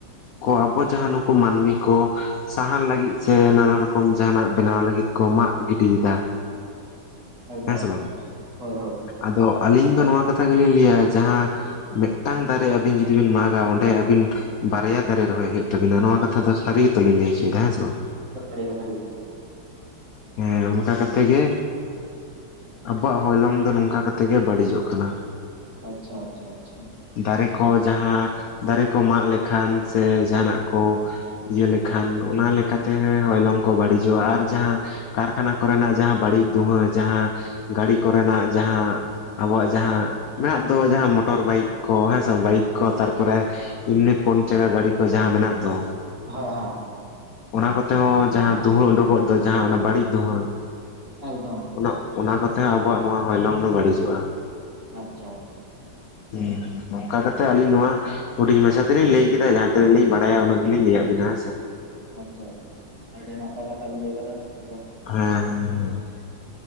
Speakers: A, on the left (about 75°); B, on the right (about 45°).
A: ᱠᱚ ᱟᱵᱚ ᱡᱟᱦᱟᱸ ᱱᱩᱠᱩ ᱢᱟᱹᱱᱢᱤ ᱠᱚ ᱥᱟᱦᱟᱱ ᱞᱟᱹᱜᱤᱫ ᱥᱮ ᱱᱟᱱᱟ ᱨᱚᱠᱚᱢ ᱡᱟᱦᱟᱱᱟᱜ ᱵᱮᱱᱟᱣ ᱞᱟᱹᱜᱤᱫ ᱠᱚ ᱢᱟᱜ ᱜᱤᱰᱤᱭᱮᱫᱟ᱾
B: <unintelligible>
A: ᱦᱮᱸ ᱥᱮ
B: ᱮᱠᱫᱚᱢ
A: ᱵᱟᱝ
B: ᱦᱳᱭ ᱦᱳᱭ
A: ᱟᱫᱚ ᱟᱹᱞᱤᱧ ᱫᱚ ᱱᱚᱣᱟ ᱠᱟᱛᱷᱟ ᱜᱮᱞᱤᱧ ᱞᱟᱹᱭᱟ ᱡᱟᱦᱟᱸ ᱢᱤᱫᱴᱟᱝ ᱫᱟᱨᱮ ᱟᱵᱤᱱ ᱡᱩᱫᱤ ᱵᱤᱱ ᱢᱟᱜᱟ ᱚᱸᱰᱮ ᱟᱵᱤᱱ ᱵᱟᱨᱭᱟ ᱫᱟᱨᱮ ᱨᱚᱦᱚᱭ ᱦᱩᱭᱩᱜ ᱛᱟᱵᱤᱱᱟ ᱱᱚᱣᱟ ᱠᱟᱛᱷᱟ ᱫᱚ ᱥᱟᱹᱨᱤ ᱜᱮᱛᱚᱞᱤᱧ ᱞᱟᱹᱭ ᱦᱚᱪᱚᱭᱮᱫᱟ ᱦᱮᱸ ᱥᱮ ᱵᱟᱝ?
B: ᱥᱟᱹᱨᱤ ᱜᱮ ᱥᱟᱹᱨᱤ ᱜᱮ ᱾
A: ᱦᱮᱸ ᱚᱱᱠᱟ ᱠᱟᱛᱮ ᱜᱮ ᱟᱵᱚᱣᱟᱜ ᱦᱚᱭᱞᱚᱝ ᱫᱚ ᱱᱚᱝᱠᱟ ᱠᱟᱛᱮ ᱜᱮ ᱵᱟᱹᱲᱤᱡᱚᱜ ᱠᱟᱱᱟ᱾
B: ᱟᱪᱪᱷᱟ ᱟᱪᱪᱷᱟ ᱟᱪᱪᱷᱟ᱾
A: ᱫᱟᱨᱮ ᱠᱚ ᱡᱟᱦᱟᱸ ᱫᱟᱨᱮ ᱠᱚ ᱢᱟᱜ ᱞᱮᱠᱷᱟᱱ ᱥᱮ ᱡᱟᱦᱟᱱᱟᱜ ᱠᱚ ᱤᱭᱟᱹ ᱞᱮᱠᱷᱟᱱ ᱚᱱᱟ ᱞᱮᱠᱟᱛᱮ ᱦᱚᱭᱞᱚᱝ ᱠᱚ ᱵᱟᱹᱲᱤᱡᱚᱜ-ᱟ, ᱟᱨ ᱡᱟᱦᱟᱸ ᱠᱟᱨᱠᱷᱟᱱᱟ ᱠᱚᱨᱮᱱᱟᱜ ᱡᱟᱦᱟᱸ ᱵᱟᱹᱲᱤᱡ ᱫᱷᱩᱦᱟᱹ ᱡᱟᱦᱟᱸ ᱜᱟᱹᱲᱤ ᱠᱚᱨᱮᱱᱟᱜ ᱡᱟᱦᱟᱸ ᱟᱵᱚᱣᱟᱜ ᱡᱟᱦᱟᱸ ᱢᱮᱱᱟᱜ ᱫᱚ ᱡᱟᱦᱟᱸ ᱢᱚᱴᱚᱨ ᱵᱟᱭᱤᱠ ᱠᱚ ᱦᱮᱸ ᱵᱟᱭᱤᱠ ᱠᱚ ᱛᱟᱨᱯᱚᱨᱮ
B: ᱦᱮᱸ
A: ᱮᱢᱱᱤ ᱯᱩᱱ ᱪᱟᱠᱟ ᱜᱟᱹᱰᱤ ᱠᱚ ᱡᱟᱦᱟᱸ ᱢᱮᱱᱟᱜ ᱫᱚ
B: <inaudible>
A: ᱚᱱᱟ ᱠᱚᱛᱮ ᱦᱚᱸ ᱡᱟᱦᱟᱸ ᱫᱩᱸᱦᱟᱹ ᱩᱰᱩᱠᱚᱜ ᱫᱚ ᱡᱟᱦᱟᱸ ᱚᱱᱟ ᱵᱟᱹᱲᱤᱡ ᱫᱩᱸᱦᱟᱹ
B: ᱮᱠᱫᱚᱢ ᱾
A: ᱚᱱᱟ ᱚᱱᱟ ᱠᱚᱛᱮ ᱦᱚᱸ ᱟᱵᱚᱣᱟᱜ ᱱᱚᱣᱟ ᱦᱚᱞᱚᱝ ᱫᱚ ᱵᱟᱹᱲᱤᱡᱚᱜ-ᱟ᱾
B: ᱟᱪᱪᱷᱟ ᱟᱪᱪᱷᱟ ᱾
A: ᱦᱮ ᱚᱱᱠᱟ ᱠᱟᱛᱮᱜ ᱟᱹᱞᱤᱧ ᱱᱚᱣᱟ ᱦᱩᱧ ᱢᱟᱪᱷᱟ ᱛᱮᱞᱤᱧ ᱞᱟᱹᱭ ᱠᱮᱫᱟ ᱡᱟᱦᱟᱸ ᱛᱤᱱᱟᱹ ᱞᱤᱧ ᱵᱟᱲᱟᱭᱟ ᱩᱱᱟᱹᱜ ᱜᱮᱞᱤᱧ ᱞᱟᱹᱭᱟᱵᱤᱱᱟ ᱦᱮᱸᱥᱮ ᱾
B: ᱟᱪᱪᱷᱟ ᱟᱪᱪᱷᱟ ᱟᱹᱰᱤ ᱱᱟᱯᱟᱭ ᱠᱟᱛᱷᱟ ᱵᱮᱤᱱ ᱞᱟᱹᱭ ᱠᱟᱫᱟ ᱜᱚᱝᱠᱮ ᱾
A: ᱦᱮᱸ ᱦᱩᱸ ᱦᱩᱸ <unintelligible>